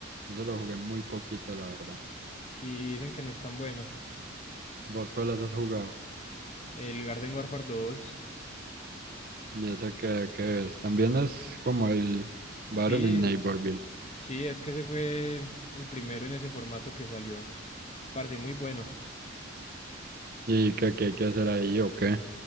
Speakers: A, on the right; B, on the left.
A: Ese lo jugué muy poquito, la verdad.
B: Sí, dicen que no es tan bueno.
A: ¿Vos cuáles has jugado?
B: El Garden Warfare dos
A: Y ese que, que es. También es como el Battle
B: Sí,
A: in Neighborville.
B: sí, es que ese fue el primero en ese formato que salió. Parce, muy bueno.
A: ¿Y qué, qué hay que hacer ahí o qué?